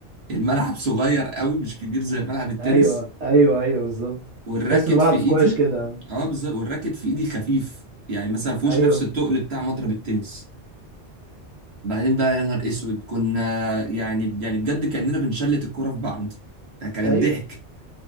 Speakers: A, on the right; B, on the right.
A: الملعب صغير قوي مش كبير زي ملعب التنس
B: ايوه ايوه ايوه بالظبط
A: والراكت
B: تحس انه ملعب
A: في ايدي
B: سكواش كده
A: اه بالظبط والراكت في ايدي خفيف يعني مثلا مفيهوش
B: ايوه
A: نفس التقل بتاع مضرب التنس بعدين بقى يا نهار اسود كنا يعني يعني بجد كأننا بنشلت الكرة في بعض ده كانت
B: ايوه
A: ضحك